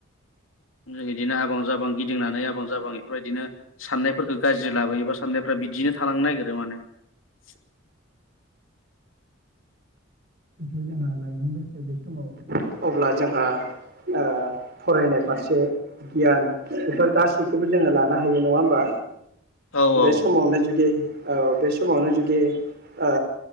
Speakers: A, on the left; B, on the right.
A: बिदिनो आबां जाबां गिदिंनानै आबां जाबां बेफोर बिदिनो साननायफोरखौ गाज्रि लाबोयोबा साननायफोरा बिदिनो थालांनो नागिरो माने। <inaudible>
B: जिथु जोंहा लाइमोन बैसो बे समाव अब्ला जोंहा ओ फरायनाय फारसे गियान बेफोर गासैखौबो जोङो लानो हायो नङा ओमबा?
A: औ
B: बे
A: औ
B: समावनो जुदि औ बे समावनो जुदि ओ